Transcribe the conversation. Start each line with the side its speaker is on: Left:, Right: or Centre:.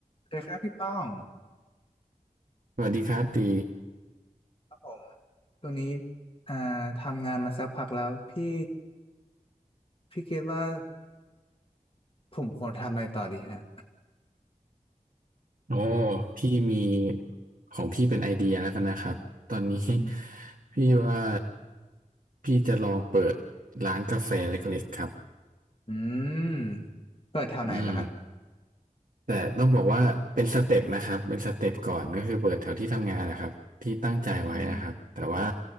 Left: เคยครับพี่ป้อง
Right: สวัสดีครับตี
Left: ครับผมตัวนี้อ่าทำงานมาสักพักแล้วพี่พี่คิดว่าผมควรทำอะไรต่อดีฮะ
Right: โอ้พี่มีของพี่เป็นไอเดียแล้วกันนะครับ ตอนนี้ <laughs>
Left: อืม
Right: พี่ว่าพี่จะลองเปิดร้านกาแฟเล็กๆครับ
Left: อืมเปิดแถวไหนล่ะครับ
Right: อืม แต่ต้องบอกว่าเป็นสเต็ปนะครับเป็นสเต็ปก่อนก็คือเปิดแถวที่ทำงานนะครับที่ตั้งใจไว้นะครับแต่ว่า
Left: อืม